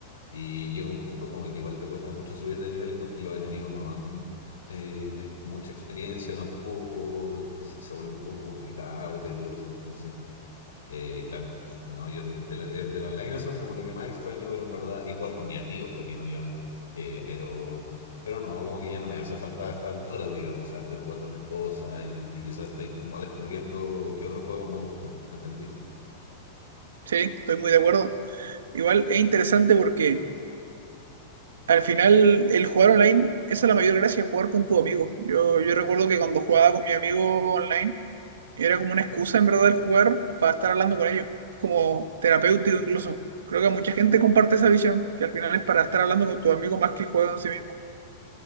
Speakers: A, on the left (about 85°); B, on the right (about 85°).
A: y llega un punto como que igual te cuesta mucho subir de niveles porque los enemigos no dan eh, que- mucha experiencia tampoco, se se vuelve un poco complicado, tedioso, entonces Eh, claro, no, yo de lo- eh, del online eso es como lo que más extraño, pero en verdad, y jugar con mis amigos también, obviamente. Eh, pero, pero no, como que ya no me hace falta a esta altura, digamos, o sea, estoy jugando otras cosas y, y quizás estoy como descubriendo qué otros juegos me gustan, ¿me entendí?
B: Sí, estoy muy de acuerdo. Igual es interesante porque al final el jugar online, esa es la mayor gracia, jugar con tu amigo. Yo, yo recuerdo que cuando jugaba con mi amigo online, Era como una excusa en verdad el jugar para estar hablando con ellos. Es como terapéutico incluso. Creo que mucha gente comparte esa visión, que al final es para estar hablando con tus amigos más que el juego en sí mismo.